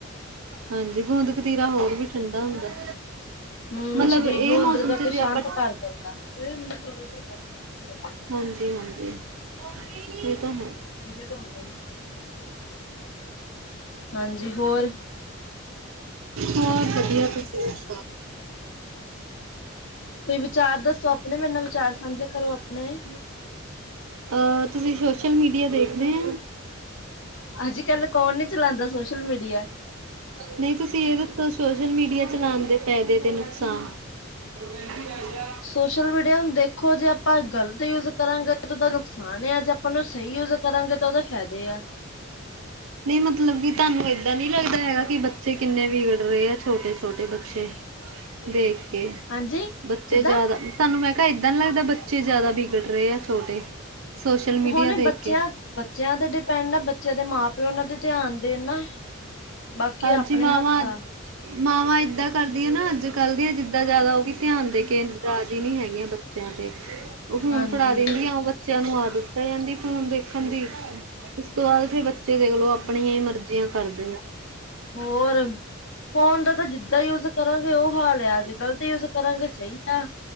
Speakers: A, on the right; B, on the left.
A: ਹਾਂਜੀ, ਗੋਂਦਦ ਕਤੀਰਾ ਹੋਰ ਵੀ ਠੰਡਾ ਹੁੰਦਾ।
B: ਹੂੰ,
A: ਮਤਲਬ
B: ਸਰੀਰ
A: ਇਹ
B: ਨੂੰ
A: ਮੌਸਮ
B: ਅੰਦਰ ਜਾ
A: ਚ
B: ਕੇ
A: ਜੇ
B: ਸ਼ਾਂਤ
A: ਆਪਾਂ
B: ਕਰ ਦੇਗਾ। <unintelligible>
A: ਹਾਂਜੀ-ਹਾਂਜੀ, ਇਹ ਤਾਂ ਹੈ।
B: <unintelligible> ਹਾਂਜੀ, ਹੋਰ।
A: ਹੋਰ ਵਧੀਆ ਤੁਸੀਂ ਸੁਣਾਓ।
B: ਕੋਈ ਵਿਚਾਰ ਦੱਸੋ ਆਪਣੇ, ਮੇਰੇ ਨਾਲ ਵਿਚਾਰ ਸਾਂਝਾ ਕਰੋ ਆਪਣੇ।
A: ਆ ਤੁਸੀਂ ਸੋਸ਼ਲ ਮੀਡੀਆ ਦੇਖਦੇ ਹਾਂ।
B: ਅੱਜ-ਕੱਲ, ਕੌਣ ਨੀ ਚਲਾਦਾ ਸੋਸ਼ਲ ਮੀਡੀਆ।
A: ਨਹੀਂ ਤੁਸੀਂ ਇਹਦੇ ਤੋਂ ਸੋਸ਼ਲ ਮੀਡੀਆ ਚਲਾਣ ਦੇ ਫਾਇਦੇ ਤੇ ਨੁਕਸਾਨ। ਉ ਕਹਿੰਦੀ ਆਇਆ।
B: ਸੋਸ਼ਲ ਮੀਡੀਆ ਹੁਣ ਦੇਖੋ ਜੇ ਆਪਾਂ ਗ਼ਲਤ ਯੂਜ ਕਰਾਂਗੇ ਤਾਂ ਉਹਦਾ ਨੁਕਸਾਨ ਨਾਨ ਆ ਅੱਜ ਆਪਾਂ ਸਹੀ ਯੂਜ ਕਰਾਂਗੇ ਤਾਂ ਉਹਦੇ ਫਾਇਦੇ ਆ।
A: ਨੀ ਮਤਲਬ ਕਿ ਤੁਹਾਨੂੰ ਏਦਾਂ ਨੀ ਲੱਗਦਾ ਹੈਗਾ ਕਿ ਬੱਚੇ ਕਿੰਨੇ ਵਿਗੜ ਰਹੇ ਆ ਛੋਟੇ-ਛੋਟੇ ਬੱਚੇ। ਦੇਖ ਕੇ
B: ਹਾਂਜੀ
A: ਬੱਚੇ
B: ਕਿੱਦਾਂ
A: ਜਿਆਦਾ ਤੁਹਾਨੂੰ ਮੈਂ ਕਿਹਾ ਇੱਦਾਂ ਨੀ ਲੱਗਦਾ ਬੱਚੇ ਜ਼ਿਆਦਾ ਬਿਗੜ ਰਹੇ ਆ ਛੋਟੇ। ਸੋਸ਼ਲ ਮੀਡੀਆ
B: ਹੁਣ
A: ਦੇਖ
B: ਬੱਚਿਆਂ-ਬੱਚਿਆਂ
A: ਕੇ
B: ਤੇ ਡਿਪੈਂਡ ਆ ਬ ਬੱਚੇ ਦੇ ਮਾਂ-ਪਿਓ ਉਨਾਂ ਤੇ ਧਿਆਨ ਦੇਣ ਨਾ, ਬਾਕੀ
A: ਹਾਂਜੀ
B: ਆਪਣੇ
A: ਮਾਵਾਂ
B: ਹੱਥ ਆ।
A: ਮਾਵਾਂ ਏਦਾਂ ਕਰਦੀਆਂ ਨਾ ਅੱਜ-ਕੱਲ ਦੀਆਂ ਜਿੱਦਾਂ ਜ਼ਿਆਦਾ ਉਹ ਵੀ ਧਿਆਨ ਦੇ ਕੇ ਰਾਜੀ਼ ਨੀ ਹੈਗੀਆਂ ਬ ਬੱਚੇਆਂ ਤੇ, ਓ ਫੂਨ
B: ਹਾਂਜੀ
A: ਫੜਾ ਦਿੰਦੀਆਂ ਓ ਬੱਚੇਆਂ ਨੂੰ ਆਦਤ ਪੈ ਜਾਂਦੀ ਫੂਨ ਦੇਖਣ ਦੀ ਉਸ ਤੋਂ ਬਾਦ ਫੇਰ ਬੱਚੇ ਦੇਖਲੋ ਆਪਣੀਆਂ ਈ ਮਰਜੀਆਂ ਕਰਦੇ ਆ।
B: ਹੋਰ, ਫੋਨ ਦਾ ਤਾਂ ਜਿੱਦਾ ਯੂਜ਼ ਕਰਾਂਗੇ ਓ ਹਾਲ ਏਆ ਜੇ ਗਲਤ ਯੂਜ਼ ਕਰਾਂਗੇ ਸਈ ਆ